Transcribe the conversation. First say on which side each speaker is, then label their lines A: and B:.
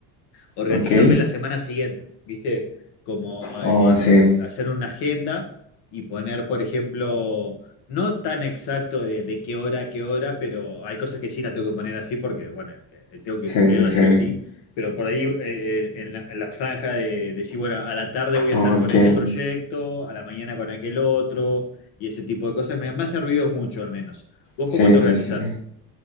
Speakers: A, on the left; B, on the left.
A: organizarme
B: Ok.
A: la semana siguiente, ¿viste? Como eh,
B: Oh,
A: en
B: sí.
A: hacer una agenda y poner, por ejemplo, no tan exacto de, de qué hora a qué hora, pero hay cosas que sí la tengo que poner así porque, bueno, eh, tengo
B: Sí,
A: que cumplirla
B: sí, sí.
A: sí o sí. Pero por ahí eh, eh, en la, en la franja de decir, bueno, a la tarde voy a estar
B: Ok.
A: con este proyecto, a la mañana con aquel otro, y ese tipo de cosas me, me ha servido mucho al menos. ¿Vos
B: Sí,
A: cómo te organizás?
B: sí, sí.